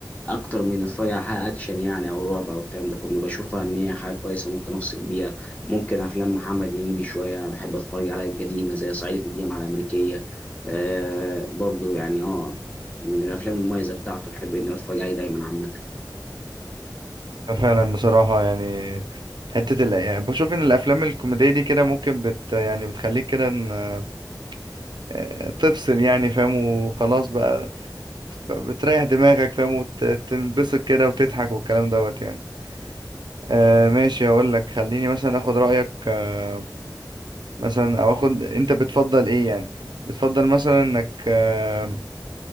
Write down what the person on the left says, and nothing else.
اكتر من اتفرج على حلقه اكشن يعني او رعب او الكلام ده كله بشوفها ان هي حاجه كويسه ممكن افصل بيها ممكن افلام محمد هنيدي شويه بحب اتفرج عليها القديمه زي صعيدي في الجامعه الامريكيه آه برضو يعني اه من الافلام المميزه بتاعته احب ان انا اتفرج عليه دايما عامه